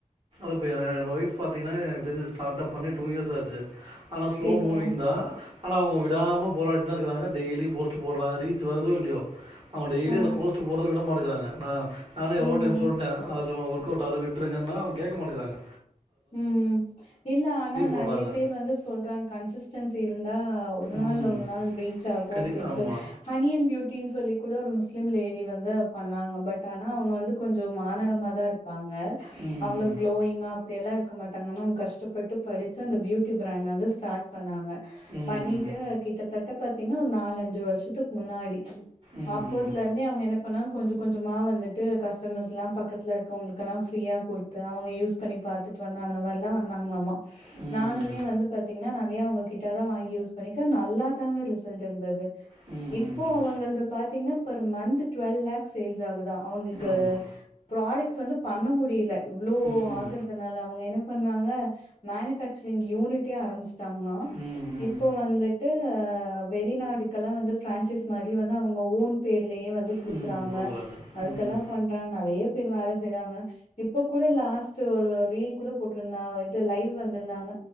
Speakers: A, on the right (about 40°); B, on the left (about 45°).
A: அப்டியா என்னோட ஒய்ஃப் பாத்தீங்ன்னா எனக்கு தெரிஞ்சி ஸ்டார்ட் அப் பண்ணி டூ இயர்ஸ் ஆச்சு ஆனா ஸ்லோ
B: சரிங்க
A: மூவிங் தா ஆனா அவுங்க விடாம போராடிட்தா இருக்குறாங்க டெய்லியு போஸ்ட்டு போட்றாங்க ரீச் வர்தோ இல்லியோ அவுங்க டெய்லியு
B: ஆ
A: அந்த போஸ்ட்டு போட்றத விடமாட்குறாங்க நா நானோ எவ்ளோ
B: ம்
A: டைம் சொல்ட்டே அதுல நம வொர்க் கோட்டால விட்டுருங்கன்னா அவுங்க கேக்க மாட்டேங்குறாங்க
B: ம் இல்ல ஆனா நறைய
A: போடுறாங்க
B: பேர் வந்து சொல்றாங் கன்சிஸ்டன்சி இர்ந் அதா ஒரு நாள்
A: ம்
B: இல்ல ஒரு நாள் ரீச் ஆகோ
A: கண்டி
B: அப்டீன்னு
A: ஆமா
B: சொலி ஹனி அண்ட் பியூட்டின்னு சொல்லி கூ கூட ஒரு முஸ்லீம் லேடி வந்து பண்ணாங்க பட் ஆனா அவுங்க வந்து கொஞ்சோ மாநெரமா தா இருப் ப்பாங்க
A: ம்
B: அவ்ளோ க்ளோயிங்கா இப்படியெல்லா இருக்க மாட்டாங்க ஆனா அவுங்க கஷ்டப்பட்டு படிச்சு அந்த பியூட்டி பிராண்ட் வந்து ஸ்டார்ட் பண்ணாங்க
A: ம்
B: பண்ணிட்டு கிட்டத்தட்ட பாத்தீங்ன்னா ஒரு நாலஞ்சு வர்ஷத்துக்கு முன்னாடி
A: ம் ம்
B: அப்போத்துல இர்ந்தே அவுங்க என்னப் அப்பன்னா கொஞ்சோ கொஞ்சமா வந்துட்டு கஸ்டமர்ஸ் எலா பக்கத்துல இருக்கவுங்கெல்லா ஃப்ரீயா குடுத்து அவுங்க யூஸ் பண்ணி பாத்துட்டு வந்தே அந்த மாரில்லா வந்தாங்களாமா
A: ம் ம் ம்
B: நானுமே வந்து பாத்தீங்ன்னா நானு மே அவுங்க கிட்டாலா வாங்கி யூஸ் பண்ணிக்க நல்லா தாங்க ரிசல்ட் இர்ந்துது
A: ம் ம் ம்
B: இப்போ
A: ம்
B: அவுங்களது பாத்தீங்கன்னா per month twelve lakhs sales ஆகுதா அவுங்குளுக்கு
A: ஆமா
B: ப்ராடக்ட்ஸ் வந்து பண்ண முடியுல இவ்ளோ
A: ம்
B: ஆக் னால அவுங்க என்ன பண்ணாங்க மேனுபேக்சரிங் யூனிட்டே ஆரம்பிச் சாங்களா
A: ம் ம்
B: இப்ப வந்துட்டு அ வெளிநாடுகலா வந்து பிரான்சிஸ் மாரி வந்து அவுங்க ஓன் பே லயே வந்து குடுக்குறாங்க
A: ம் கொடுக்குறாங்க
B: அதுக்கெல்லா
A: ம்
B: பண்றாங்க நறைய பேர் வேல செய்றாங்க இப்ப கூட லாஸ் ஷோ ஒரு ரீல் கூட போட்ருந்தாங்க இது லைவ் வந்துர்ந்தாங்க